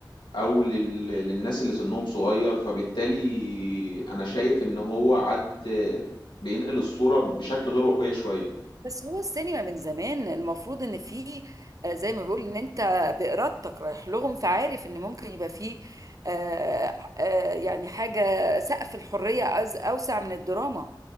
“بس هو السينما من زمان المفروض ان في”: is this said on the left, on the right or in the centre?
Right